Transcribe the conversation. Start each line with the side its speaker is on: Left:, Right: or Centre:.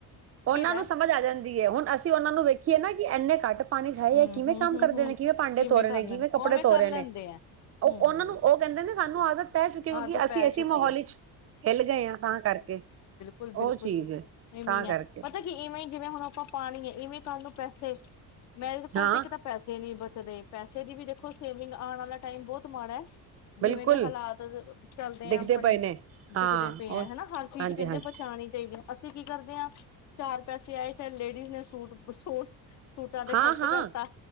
Right: ਉਹਨਾਂ
Left: ਹੈ
Right: ਨੂੰ ਸਮਝ ਆ ਜਾਂਦੀ ਹੈ ਹੁਣ ਅਸੀਂ ਉਹਨਾਂ ਨੂੰ ਵੇਖੀਏ ਨਾ ਕਿ ਇੰਨੇ ਘੱਟ ਪਾਣੀ ਛਾਏ
Left: ਹਮ
Right: ਹੈ ਕਿਵੇਂ
Left: ਹਮ
Right: ਕੰਮ
Left: ਹਮ
Right: ਕਰਦੇ
Left: ਹਮ
Right: ਨੇ ਕਿਵੇਂ ਭਾਂਡੇ ਤੋ ਰਹੇ
Left: ਕਰ
Right: ਨੇ ਕਿਵੇਂ
Left: ਲੈਂਦੇ
Right: ਕੱਪੜੇ
Left: ਉਵੇਂ
Right: ਤੋ
Left: ਕਰ
Right: ਰਹੇ ਨੇ
Left: ਲੈਂਦੇ ਆ
Right: ਉਹ
Left: ਹਮ
Right: ਉਹਨਾਂ ਨੂੰ ਉਹ ਕਹਿੰਦੇ ਨੇ ਸਾਨੂੰ ਆਦਤ ਕਹਿ ਚੁੱਕੇ ਹੋ
Left: ਆਦਤ
Right: ਕਿਉਂਕਿ ਅਸੀਂ
Left: ਪੈ
Right: ਇਸੇ
Left: ਚੁੱਕੀ
Right: ਮਾਹੌਲ
Left: ਹੈ
Right: ਵਿੱਚ ਹਿੱਲ ਗਏ ਹਾਂ ਤਾਂ ਕਰਕੇ
Left: ਬਿਲੁਲ
Right: ਉਹ
Left: ਬਿਲਕੁਲ
Right: ਚੀਜ਼ ਏ
Left: ਇਹ
Right: ਤਾਂ
Left: ਹੈ
Right: ਕਰਕੇ
Left: ਪਤਾ ਕੀ ਇਵੇਂ ਹੀ ਜਿਵੇਂ ਹੁਣ ਆਪਾਂ ਪਾਣੀ ਏ ਇਵੇਂ ਤੁਹਾਨੂੰ ਪੈਸੇ ਮੈਰੇ ਕੋਲ
Right: ਹਾਂ
Left: ਤੇ ਇੱਕ ਤਾਂ ਪੈਸੇ ਨੀ <unintelligible> ਪੈਸੇ ਦੀ ਵੀ ਦੇਖੋ ਸੇਵਿੰਗ ਆਉਣ ਵਾਲਾ ਟਾਈਮ ਬਹੁਤ ਮਾੜਾ
Right: ਬਿਲਕੁਲ
Left: ਜਿਵੇਂ ਦੇ ਹਾਲਾਤ ਚਲਦੇ
Right: ਦਿਖਦੇ
Left: ਆ ਆਪਣੇ
Right: ਪਏ ਨੇ ਹਾਂ
Left: ਦਿਖਦੇ ਪਏ ਆ
Right: ਉਹ
Left: ਹਨਾ ਹਰ ਚੀਜ਼
Right: ਹਾਂਜੀ
Left: ਕਹਿੰਦੇ
Right: ਹਾਂਜੀ
Left: ਪਛਾਣੀ ਤੇ ਠ ਅਸੀਂ ਕੀ ਕਰਦੇ ਹਾਂ ਚਾਰ ਪੈਸੇ ਆਏ ਚਾਹੇ ਲੇਡੀਜ਼ ਨੇ ਸੂਟ ਸੂਟ ਸੂਟਾਂ ਦੇ
Right: ਹਾਂ
Left: ਖਰਚ
Right: ਹਾਂ
Left: ਕਰਤਾ